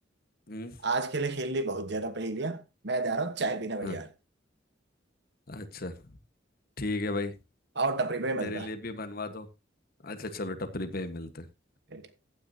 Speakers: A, on the left (about 50°); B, on the right (about 60°).
A: हम्म
B: आज के लिए खेल ली बहुत ज्यादा पहेलियां मैं जा रहा हूँ चाय पीने
A: हाँ
B: बढ़िया
A: अच्छा ठीक है भाई
B: आओ टपरी पे मिलता
A: मेरे लिए भी बनवा दो अच्छा चलो टपरी पे ही मिलते हैं
B: है।